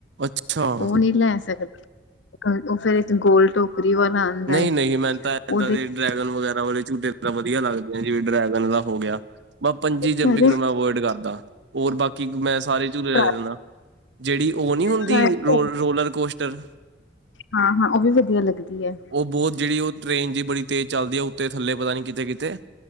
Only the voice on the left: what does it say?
ਉਹ ਨਹੀਂ ਲੈ ਸਕਦੇ। ਕਲ ਉਹ ਫੇਰ ਇੱਕ ਗੋਲ ਟੋਕਰੀ ਵਾਲਾ ਆਉਂਦਾ
ਏ,
ਉਹਦੇ
ਕਈਆਂ
ਟਰਾਈ
ਟਰਾਈ
ਹਾਂ ਹਾਂ ਉਹ ਵੀ ਵਧੀਆ ਲੱਗਦੀ ਏ।